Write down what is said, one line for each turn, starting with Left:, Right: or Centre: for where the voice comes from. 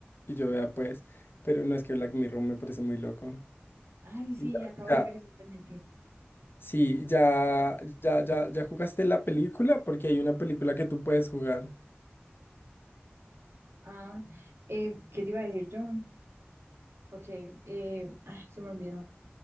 Left: Y yo vea, pues. Pero no es que Black Mirror me parece muy loco.
Right: Ay, sí,
Left: Y Ya,
Right: acabo
Left: ya,
Right: de ver y sí está en Netflix.
Left: sí, ya, ya, ya, ya jugaste la película porque hay una película que tú puedes jugar.
Right: Ah, eh, ¿qué te iba a decir, John? Ok, eh, ah, se me olvidó.